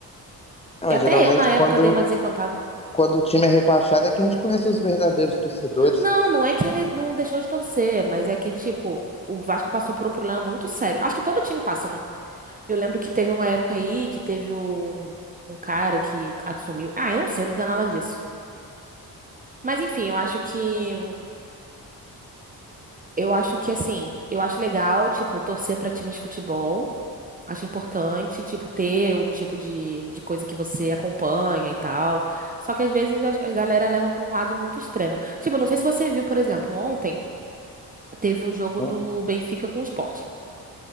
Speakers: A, on the left; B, on the right.
A: Ah, mas
B: E até
A: geralmente
B: eu na época
A: quando,
B: dei uma desencantada.
A: quando o time é rebaixado é que a gente conhece os verdadeiros torcedores.
B: Não, não é que ele não deixou de torcer, mas é que tipo o Vasco passou por um problema muito sério. Acho que todo time passa, né? Eu lembro que teve uma época aí que teve o um cara que assumiu. Ah, eu não sei, eu não entendo nada disso. Mas enfim, eu acho que eu acho que assim, eu acho legal, tipo, torcer pra time de futebol. Acho importante, tipo, ter um tipo de, de coisa que você acompanha e tal. Só que às vezes a a galera leva pra um lado muito extremo. Tipo, não sei se você viu, por exemplo, ontem teve um jogo
A: né?
B: do Benfica com o Sporting.